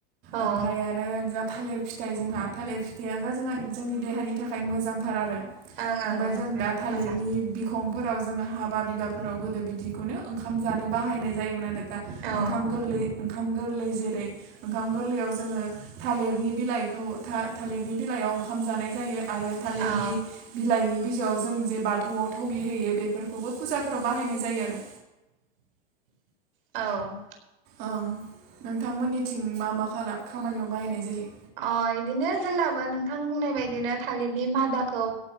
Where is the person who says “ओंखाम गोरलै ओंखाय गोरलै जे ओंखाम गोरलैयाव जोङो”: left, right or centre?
Right